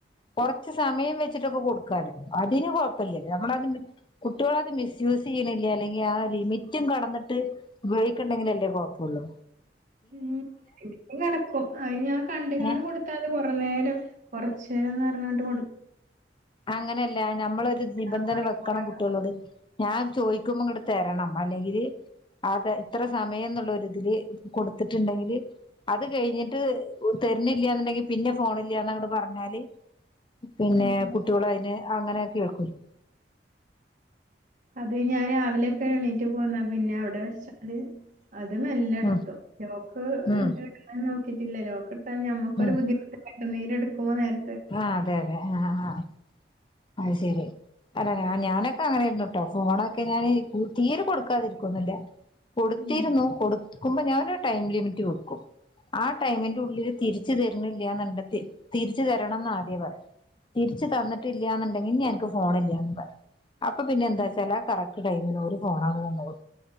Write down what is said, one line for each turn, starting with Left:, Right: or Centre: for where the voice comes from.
Left: കൊറച്ചു സമയം വെച്ചിട്ടൊക്കെ കൊടുക്കാ അതിന് കൊയപ്പല്യല്ലോ നമ്മളത് മി കുട്ടികൾ അത് മിസ്സ്യൂസ് ചെയ്യ്ണി ല്ലല്ലോ ലെങ്കി ആ ലിമിട്ടും കടന്നിട്ട് ഉപയോഗിക്ക്ണ്ടങ്കിൽ അല്ലെ കൊയപ്പോള്ളു
Right: മ് ഇത് നടക്കും അയിന് ഞാൻ കണ്ട്ക്കാണ്ടാ
Left: ഏ
Right: കൊടുത്താൽ കുറെ നേരം കൊറച്ചു നേരംന്ന് പറഞ്ഞിട്ട് കൊടു
Left: അങ്ങനെല്ല നമ്മളൊരു നിബന്ധന
Right: ആ മണിക്കൂറാ
Left: വെക്കണം കുട്ടികളോട്
Right: കണക്ക്
Left: ഞാൻ ചോയിക്കുമ്പോ ഇങ്ങട്ട് തരണം അല്ലെങ്കി അതെ ഇത്ര സമയംന്നുള്ള ഒരുതിൽ കൊടുത്തിട്ടുണ്ടെകിൽ അത് കഴിഞ്ഞിട്ട് തരണ്ല്യാന്ന്ണ്ടെങ്കിൽ പിന്നെ ഫോണില്ലാന്ന് അങ്ങട്ട് പറഞ്ഞാല് പിന്നെ
Right: ഉം ഉം
Left: കുട്ടി അങ്ങനെ ഒക്കെ കേൾകുലേ
Right: അത് ഞാൻ രാവിലെക്കെ എണീറ്റ് പോന്നാ പിന്നെ അവിടെ വെച്ചാല് അത് മെല്ലെ
Left: ഉം
Right: ഇട്ത്തു ലോക്ക്
Left: ഉം
Right: ഇട്ണ് നോക്കി ഇല്ല ലോക്ക്ഡ് ട്ടാ ഞമ്മക്ക്
Left: ഉം
Right: ഒരു ബുദ്ധിമുട്ട്ല്ലേ. ആ നീരെടുക്കുമ്പോ നേര-
Left: ആ അതെ അതെ ആ ആഹ് അത് ശെരി അല്ല ഞാൻ ഒക്കെ അങ്ങനെ ആയിരുന്നുട്ടോ. ഫോൺ ഒക്കെ ഞാൻ തീരെ കൊടുക്കാതെ ഇരിയ്ക്കൊന്നൂല്യ കൊടുത്തിരുന്നു.
Right: ഉം
Left: കൊടുക്കുമ്പോ ഞാനൊരു ടൈം ലിമിറ്റ് വെക്കും. ആ ടൈമിന്റെ ഉള്ളില് തിരിച് രിച്ചു തരണില്യാന്നു ണ്ടത്തി തിരിച്ചു തരണമെന്ന് ആദ്യേ പറയും. തിരിച്ചുതന്നിട്ടി ന്നുണ്ടെങ്കി ഇനി അനക്ക് ഫോണില്യാന്നും പറയും. അപ്പൊ പിന്നെ എന്താച്ചാല്
Right: ഉം
Left: ആ കറക്റ്റ് ടൈമിന് ഓര് ഫോണങ്ങോട്ടു തന്നോളും.